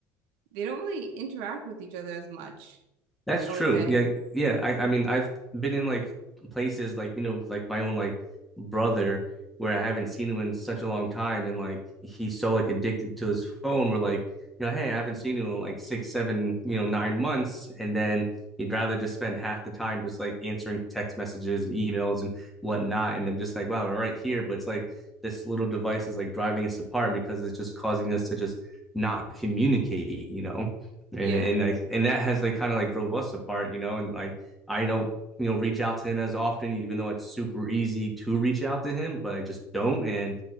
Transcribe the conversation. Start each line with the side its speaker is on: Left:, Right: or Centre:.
Right: they don't really interact with each other as much,
Centre: That's
Right: I
Centre: true.
Right: would say.
Centre: Yeah, yeah. I, I mean, I've been in like places like, you know, with, like my own like brother where I haven't seen him in such a long time, and like he's so like addicted to his phone. We're like, you know, hey, I haven't seen you in like six, seven, you know, nine months, and then he'd rather just spend half the time just like answering text messages and emails and whatnot. And I'm just like, wow, we're right here, but it's like this little device is like driving us apart because it's just causing us to just not communicate, you know? and
Right: Yeah.
Centre: and like and that has like kind of like drove us apart, you know. And like I don't you know reach out to him as often, even though it's super easy to reach out to him, but I just don't. And